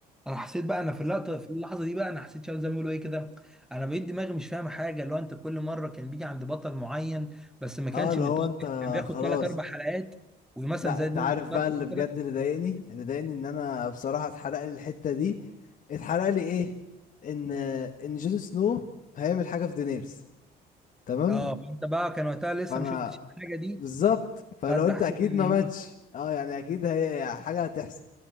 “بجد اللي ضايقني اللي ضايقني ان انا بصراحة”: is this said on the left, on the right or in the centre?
Left